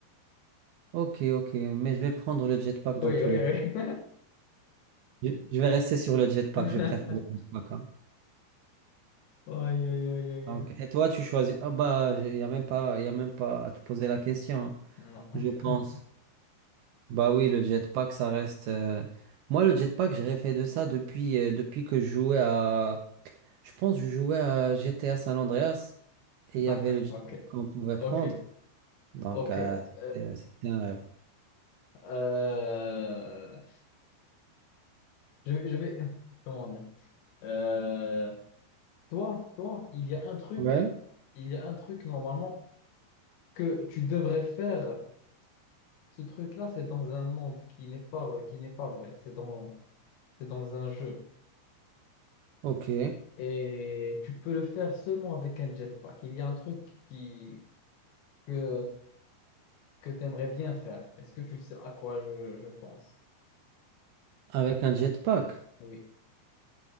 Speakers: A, on the right; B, on the left.
A: Ok, ok. Mais je vais prendre le jetpack dans
B: Oui,
A: tous
B: oui,
A: les cas.
B: oui.
A: Je, je vais rester sur le jetpack,
B: <laughs>
A: je préfère le jetpack. hein.
B: Aïe, aïe, aïe, aïe,
A: Donc,
B: aïe.
A: et toi, tu choisis. Ah bah, il n'y a même pas, il a même pas à te poser la question, hein,
B: Non. <laughs>
A: je pense. Bah oui, le jetpack, ça reste. euh, Moi, le jetpack, j'ai rêvé de ça depuis, euh, depuis que je jouais à. Je pense que je jouais à GTA San Andreas et
B: D'accord,
A: il y avait le jetpack
B: ok,
A: qu'on pouvait
B: ok,
A: prendre. Donc,
B: ok.
A: euh,
B: Euh,
A: c'était euh, c'était un rêve.
B: euh, je, vais, je vais- comment dire? Euh, toi, toi, il y a un truc,
A: Ouais.
B: il y a un truc normalement que tu devrais faire. Ce truc-là, c'est dans un monde qui n'est pas, qui n'est pas vrai. C'est dans, c'est dans un jeu.
A: Ok.
B: Et tu peux le faire seulement avec un jetpack. Il y a un truc qui, que que tu aimerais bien faire. Est-ce que tu sais à quoi je, je pense?
A: Avec un jetpack.
B: Oui.